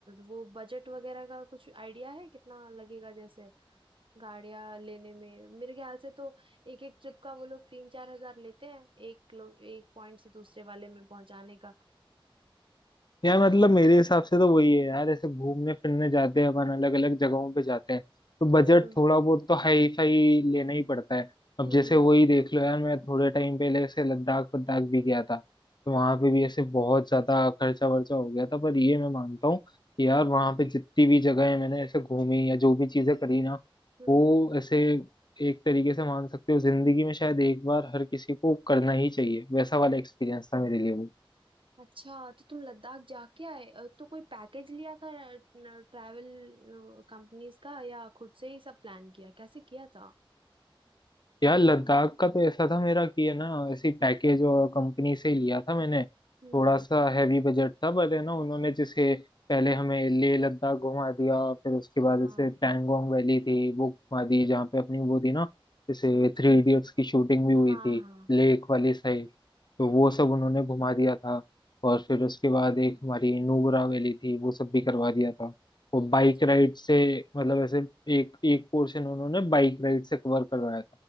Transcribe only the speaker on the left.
यार मतलब मेरे हिसाब से तो वही है यार ऐसे घूमने फिरने जाते हैं अपन अलग अलग जगहों पे जाते हैं तो
बजट थोड़ा बहुत तो हाई फाई लेना ही पड़ता है अब
जैसे वही देख लो यार मैं थोड़े टाइम पहले ऐसे लद्दाख वद्दाख भी गया था तो वहां पे भी ऐसे बहुत ज्यादा खर्चा वर्चा हो गया था पर ये मैं मानता हूँ कि यार वहां पे जितनी भी जगह मैंने ऐसे घूमी या जो भी चीजें करी ना
वो ऐसे एक तरीके से मान सकते हो जिंदगी में शायद एक बार हर किसी को करना ही चाहिए वैसा वाला एक्सपीरियंस था मेरे लिए वो
यार लद्दाख का तो ऐसा था मेरा कि है ना ऐसी पैकेज और कंपनी से ही लिया था मैंने
थोड़ा सा हैवी बजट था पर है ना उन्होंने जैसे पहले हमें लेह लद्दाख घुमा दिया फिर उसके बाद
जैसे पैंगोंग वैली थी वो घुमा दी जहाँ पे अपनी वो थी ना जैसे थ्री इडियट्स की शूटिंग भी हुई
थी
लेक
वाली साइड तो वो सब उन्होंने घुमा दिया था और फिर उसके बाद एक हमारी नुब्रा वैली थी वो सब भी करवा दिया था वो बाइक
राइड से मतलब ऐसे एक एक पोर्शन उन्होंने बाइक राइड से कवर करवाया